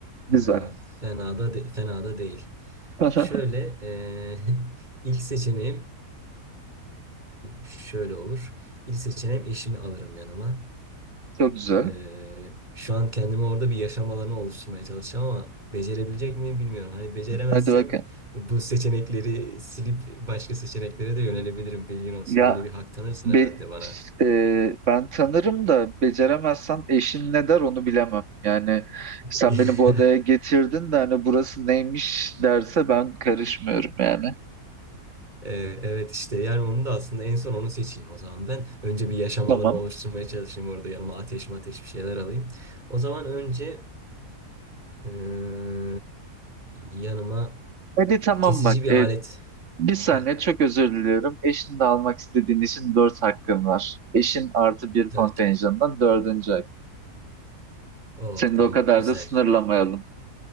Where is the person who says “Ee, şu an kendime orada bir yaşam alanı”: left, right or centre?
Right